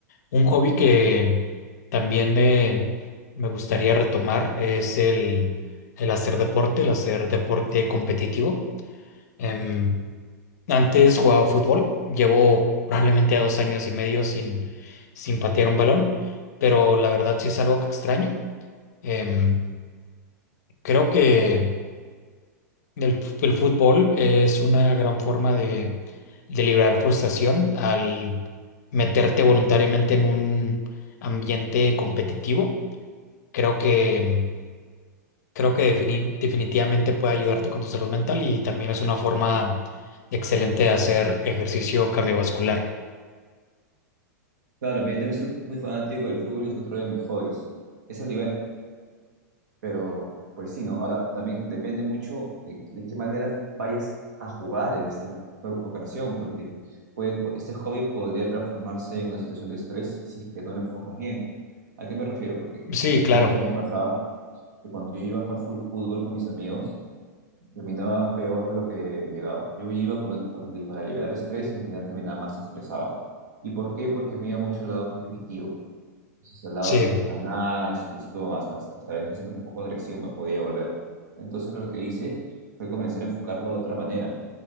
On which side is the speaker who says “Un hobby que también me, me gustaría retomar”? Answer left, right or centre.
Left